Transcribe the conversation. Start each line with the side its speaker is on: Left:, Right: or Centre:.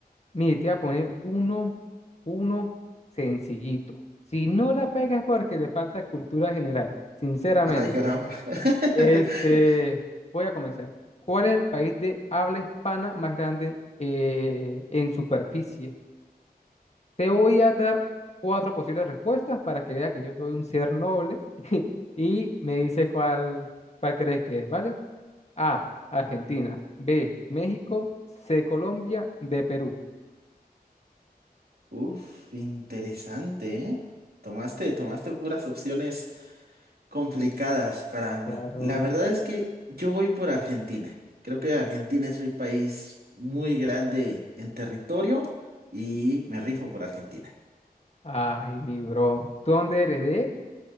Left: mire, te voy a poner uno, uno sencillito. Si no la pegas porque le falta cultura general, sinceramente.
Right: Ay, caramba. <laughs>
Left: Este, voy a comenzar. ¿Cuál es el país de habla hispana más grande eh, en superficie? Te voy a dar cuatro posibles respuestas para que vea que yo soy un ser noble <laughs> y me dice cuál, cuál crees que es, ¿vale? A, Argentina, B, México, C, Colombia, D, Perú.
Right: Uf, interesante, ¿eh? Tomaste, tomaste puras opciones complicadas para mí.
Left: Claro.
Right: La verdad es que yo voy por Argentina. Creo que Argentina es un país muy grande en territorio y me rifo por Argentina.
Left: Ay, mi bro. ¿Tú dónde eres de?